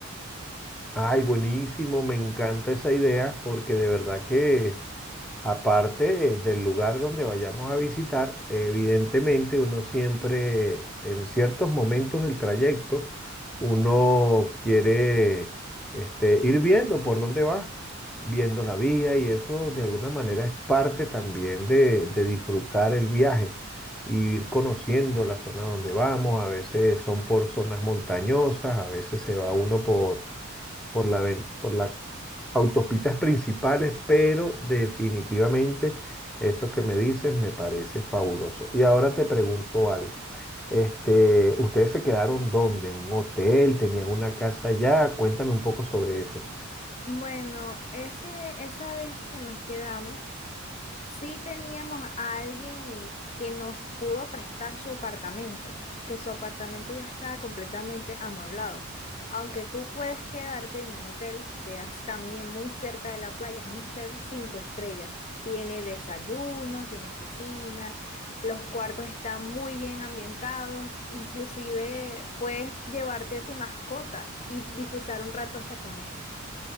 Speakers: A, in the centre; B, on the left.
A: Ay, buenísimo, me encanta esa idea porque de verdad que Aparte de- del lugar donde vayamos a visitar, evidentemente uno siempre, en ciertos momentos del trayecto, uno quiere este, ir viendo por dónde va, viendo la vía y eso de alguna manera es parte también de, de disfrutar el viaje y ir conociendo la zona donde vamos. A veces son por zonas montañosas, a veces se va uno por por la, ven- por las autopistas principales, pero definitivamente eso que me dices me parece fabuloso. Y ahora te pregunto algo. Este, ¿ustedes se quedaron dónde? ¿En un hotel? ¿Tenían una casa allá? Cuéntame un poco sobre eso.
B: Bueno, ese, esa vez que nos quedamos, Sí teníamos a alguien que nos pudo prestar su apartamento, que su apartamento ya estaba completamente amueblado. Aunque tú puedes quedarte en un hotel que quedas también muy cerca de la playa, es un hotel cinco estrellas. Tiene desayuno, tiene piscina, los cuartos están muy bien ambientados, inclusive puedes llevarte tu mascota y disfrutar un rato hasta con él.